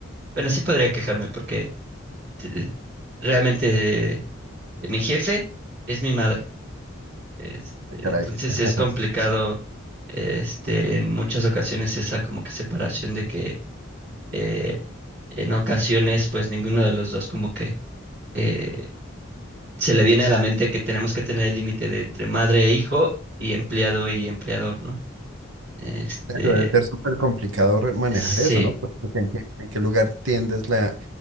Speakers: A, on the right; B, on the right.
A: Bueno, sí podría quejarme porque te- realmente eh, mi jefe es mi madre. Este,
B: Ah, Caray.
A: entonces
B: <laughs>
A: es complicado, este, en muchas ocasiones esa como que separación de que eh, en ocasiones pues ninguno de los dos como que eh, se le viene a la mente que tenemos que tener el límite de entre madre e hijo y empleado y empleador, ¿no? Este,
B: Debe ser súper complicado re- manejar
A: Sí.
B: eso, ¿no? Porque en qué, en qué lugar tiendes la,